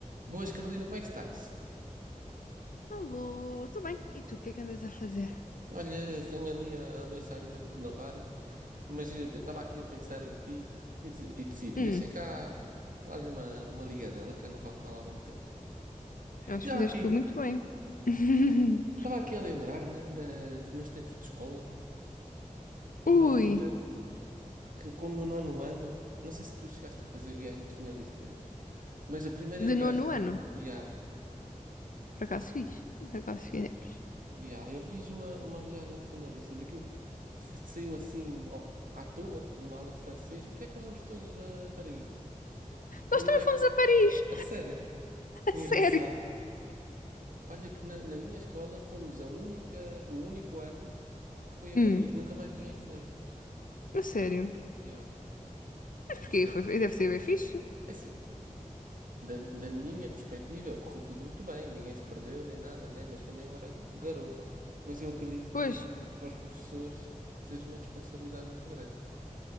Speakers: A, on the right (about 80°); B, on the left (about 80°).
A: Boas, Carolina, como é que estás?
B: Alô, tudo bem? E tu, o que é que andas a fazer?
A: Olha, tenho ali a, a louça ainda por lavar, mas eh, estava aqui a pensar em ti e, de- e decidi,
B: Hum,
A: deixa cá dar-lhe uma, uma ligadela que já não falo com ela há algum tempo.
B: acho
A: Estava
B: que fizeste
A: aqui,
B: tu muito bem. <laughs>
A: estava aqui a lembrar-me da- dos meus tempos de escola, na
B: Ui,
A: altura, que como no nono ano, não sei se tu chegaste a fazer viagem de finalistas, mas a primeira
B: de
A: viagem,
B: nono ano.
A: já,
B: Por acaso fiz? Por acaso fizemos.
A: já, eu fiz uma, uma viagem de finalistas, aquilo que fa- saiu assim ao- à toa, numa aula de francês, porque é que não vamos todos a Paris?
B: Nós
A: E não
B: também
A: é.
B: fomos a Paris!
A: A sério.
B: A
A: Engraçado.
B: sério?
A: Olha que na, na minha escola fomos a única, o único ano que foi a
B: Hum,
A: Paris. Nunca mais ninguém foi.
B: a sério.
A: Yeah, que
B: Mas porquê?
A: não sei.
B: Foi, deve ser bem fixe.
A: Assim, da, da minha perspectiva, correu tudo muito bem. Ninguém se perdeu nem nada, né? Mas também eu era g- garoto. Mas eu acredito
B: Pois,
A: que para os professores seja uma responsabilidade muito grande.